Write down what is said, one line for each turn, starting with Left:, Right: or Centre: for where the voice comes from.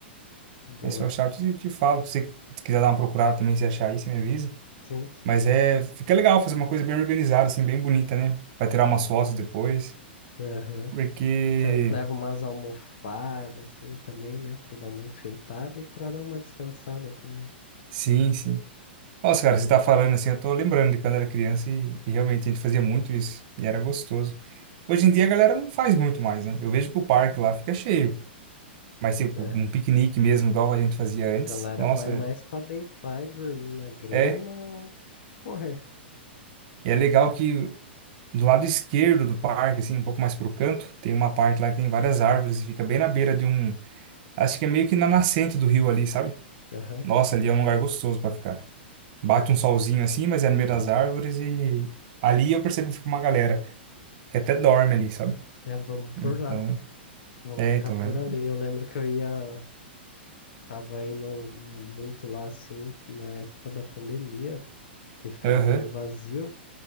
Left: Boa.
Right: Aí se eu achar, eu te, te falo. Se você quiser dar uma procurada também, se achar aí, você me avisa.
Left: Sim, sim.
Right: Mas é, fica legal fazer uma coisa bem organizada, assim, bem bonita, né? Vai tirar umas fotos depois.
Left: Aham.
Right: Porque,
Left: Será que leva umas almofadas, assim, também, né? Pra dar uma enfeitada e pra dar uma descansada também.
Right: sim, sim. Nossa, cara, você tá falando assim, eu tô lembrando de quando era criança e, e realmente a gente fazia muito isso. E era gostoso. Hoje em dia a galera não faz muito mais, né? Eu vejo que o parque lá fica cheio. Mas, tipo,
Left: É.
Right: um piquenique mesmo, igual a gente fazia antes.
Left: A Galera
Right: Nossa,
Left: vai mais pra deitar e dormir na grama
Right: é.
Left: ou correr.
Right: E é legal que do lado esquerdo do parque, assim, um pouco mais pro canto, tem uma parte lá que tem várias árvores e fica bem na beira de um. Acho que é meio que na nascente do rio ali, sabe?
Left: Aham.
Right: Nossa, ali é um lugar gostoso pra ficar. Bate um solzinho assim, mas é no meio das árvores e ali eu percebo que fica uma galera que até dorme ali, sabe?
Left: É, vamos por
Right: Então,
Left: lá. Vamos
Right: é,
Left: ficar
Right: então,
Left: por
Right: é.
Left: ali. Eu lembro que eu ia. Tava indo muito lá assim, na época da pandemia, que ficava
Right: Aham,
Left: meio vazio.